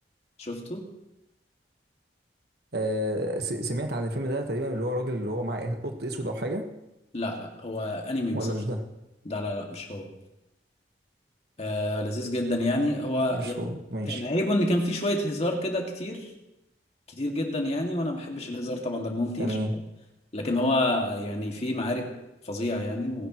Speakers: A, on the left; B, on the right.
A: شفته
B: آه س- سمعت عن الفيلم ده تقريبا اللي هو راجل اللي هو معاه إيه، قط اسود او حاجة
A: لا لا هو انمي
B: ولا
A: مسلسل
B: مش ده
A: لا لا لا مش هو آه لذيذ جدا يعني هو
B: مش
A: يعني
B: هو ماشي
A: كان عيبه ان كان فيه شوية هزار كده كتير كتير جدا يعني وانا ما بحبش الهزار طبعا دمهم تقيل
B: تمام
A: لكن هو يعني في معارك فظيع يعني